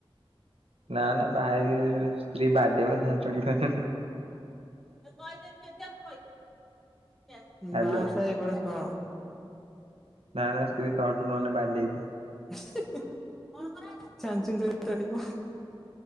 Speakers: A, on the right (about 80°); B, in the centre.
A: ନା ନା ବାହା ହେଇକି ସ୍ତ୍ରୀ ବାଡେଇବ ଛାଞ୍ଚୁଣି ଫାଞ୍ଚୁଣି।
B: କହିଦେ <unintelligible> ବାହା
A: ହାଲୋ
B: ସାହା ହେଇ ପଡ ହଁ।
A: ନା ନା ସ୍ତ୍ରୀ କଅଣ୍ଟୁ ନହେଲେ ବାଡେଇବେ।
B: ହିଁ ହିଁ <unintelligible> ଛାଞ୍ଚୁଣି ଧରିକି ବାଡ଼େଇବ।।